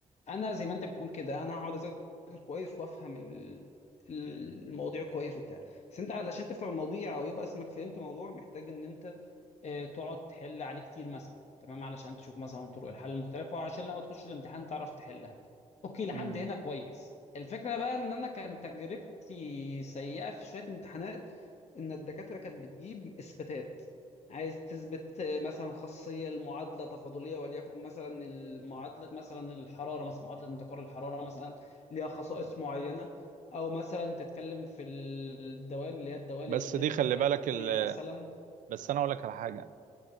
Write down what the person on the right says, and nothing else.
امم
بس
دي خلي بالك
ال...
بس انا اقول لك على حاجه